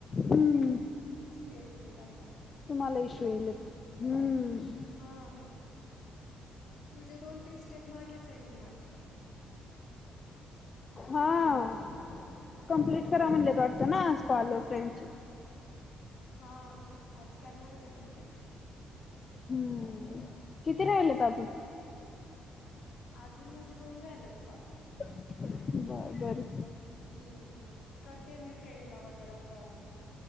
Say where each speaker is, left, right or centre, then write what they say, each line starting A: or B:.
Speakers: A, on the left (about 40°); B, on the left (about 65°).
A: हम्म
B: येत. आहे
A: तुम्हाला इश येईल तर हम्म.
B: हां तुझे दोन तीन स्टेप मागेच आहे मी वाटत.
A: हा. कंप्लीट करा म्हणले कातो ना आज कॉल फ्रेंडची
B: हा आज करणारच आहे कम्प्लीट.
A: हम्म किती राहिलेत अजून
B: अजून माझे दोन राहिलेत कॉल
A: ब बर.
B: हम्मम् करते मी फ्रेंडला वगैरे कॉल